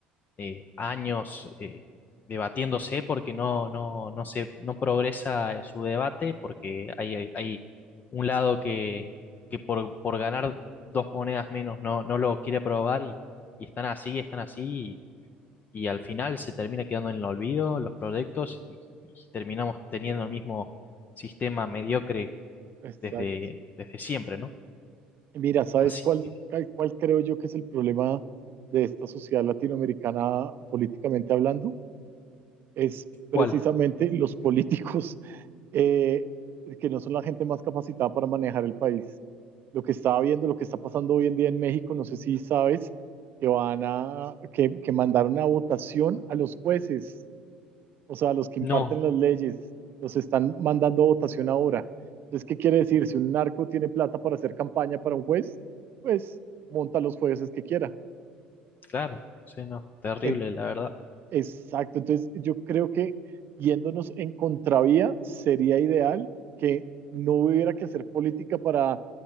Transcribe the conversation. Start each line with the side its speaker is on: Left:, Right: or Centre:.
Left: eh, años eh, debatiéndose porque no, no, no se, no progresa eh, su debate, porque hay, hay, hay un lado que, que por, por ganar dos monedas menos no, no lo quiere aprobar y, y están así, están así y al final se termina quedando en el olvido los proyectos y, y terminamos teniendo el mismo sistema mediocre
Right: exacto.
Left: desde, desde siempre, ¿no?
Right: Mira, ¿sabes
Left: Así
Right: cuál,
Left: que,
Right: cuál cuál creo yo que es el problema de esta sociedad latinoamericana políticamente hablando? Es precisamente
Left: ¿cuál?
Right: los políticos eh, que no son la gente más capacitada para manejar el país. Lo que estaba viendo, lo que está pasando hoy en día en México, no sé si sabes, que van a, que, que mandaron a votación a los jueces, o sea, a los que imparten
Left: No,
Right: las leyes, los están mandando a votación ahora. Entonces, ¿qué quiere decir? Si un narco tiene plata para hacer campaña para un juez, pues monta los jueces que quiera.
Left: claro, sí, no, terrible,
Right: En-
Left: la verdad.
Right: Exacto, entonces yo creo que yéndonos en contravía sería ideal que no hubiera que hacer política para,